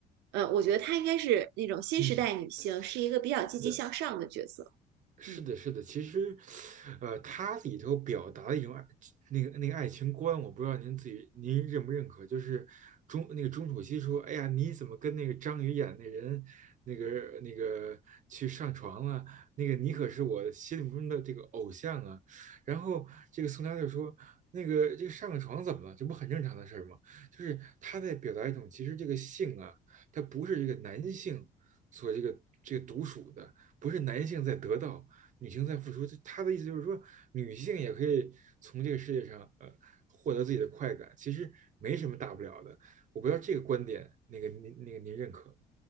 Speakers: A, on the right; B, on the right.
A: 嗯，我觉得她应该是那种新时代女性，
B: 嗯，
A: 是一个比较积极向上的角色。
B: 是的，是的，
A: 嗯。
B: 是的，其实，呃，它里头表达的一种爱，那个那个爱情观，我不知道您自己您认不认可，就是钟那个钟楚曦说，哎呀，你怎么跟那个张宇演那人，那个那个去上床了？那个你可是我心目中的这个偶像啊。然后这个宋佳就说，那个这个上个床怎么了？这不很正常的事儿吗？就是他在表达一种，其实这个性啊，它不是这个男性所这个这个独属的，不是男性在得到。女性在付出，她的意思就是说，女性也可以从这个世界上呃获得自己的快感，其实没什么大不了的。我不知道这个观点，那个您那个您认可吗？